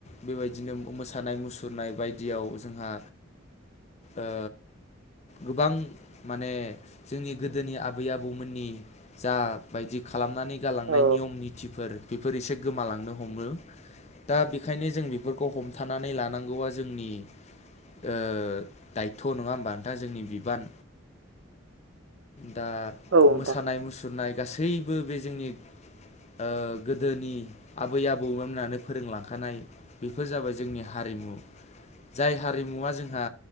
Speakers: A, on the left (about 35°); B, on the right (about 65°).
A: बेबायदिनो मोसानाय मुसुरनाय बायदियाव जोंहा ओ गोबां माने जोंनि गोदोनि आबै आबौमोननि जा बायदि खालामनानै गालांनाय
B: औ
A: नियम नितिफोर बेफोर एसे गोमालांनो हमो दा बेखायनो जों बेफोरखौ हमथानानै लानांगौआ जोंनि ओ दायथ' नङा होमबा दा जोंनि बिबान दा
B: औ नोंथां
A: मोसानाय मुसुरनाय गासैबो बे जोंनि ओ गोदोनि आबै आबौमोनानो फोरोंलांखानाय बेफोर जाबाय जोंनि हारि मु जाय हारिमुवा जोंहा